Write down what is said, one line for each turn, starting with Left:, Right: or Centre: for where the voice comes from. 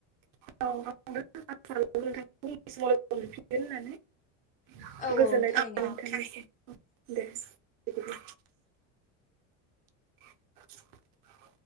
Right: <unintelligible>
Left: औ
Right: गोजोन्नाय
Left: औ थारैनो
Right: थाबाय नोंथांनिसिम दे। बिदिब्ला <inaudible>